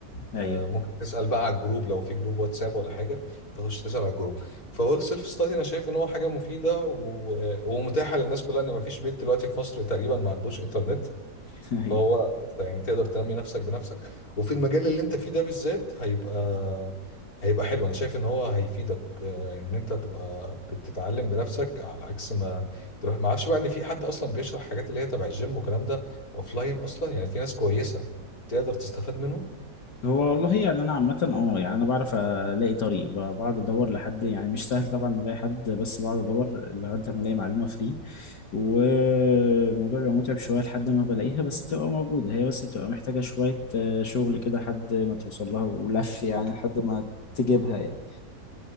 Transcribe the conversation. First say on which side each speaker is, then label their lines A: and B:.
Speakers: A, on the left (about 75°); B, on the left (about 55°).
A: ايوه
B: آه، ممكن تسأل بقى على الجروب لو في جروب واتساب ولا حاجة تخش تسأل على الجروب فهول سيلف ستادي أنا شايف إن هو حاجة مفيدة و... ومتاحة للناس كلها إن مفيش بيت دلوقتي في مصر تقريبا ما عندوش إنترنت
A: <laughs>
B: فهو
A: ايوه
B: يعني تقدر تنمي نفسك بنفسك وفي المجال اللي أنت فيه ده بالذات هيبقى هيبقى حلو أنا شايف إن هو هيفيدك آه، إن أنت تبقى بتتعلم بنفسك على عكس ما تروح ما أعرفش بقى إن في حد أصلا بيشرح حاجات اللي هي تبع الجيم والكلام ده أوفلاين أصلا يعني في ناس كويسة تقدر تستفاد منهم
A: هو والله يعني انا عامه اه يعني انا بعرف الاقي طريق ب- بقعد ادور لحد يعني مش سهل طبعا الاقي حد بس بقعد ادور لغايه ما الاقي معلومه فري والموضوع بيبقى متعب شويه لحد ما بلاقيها بس بتبقى موجوده هي بس بتبقى محتاجه شويه آه، شغل كده لحد ما توصل لها ولف يعني لحد ما تجيبها يعني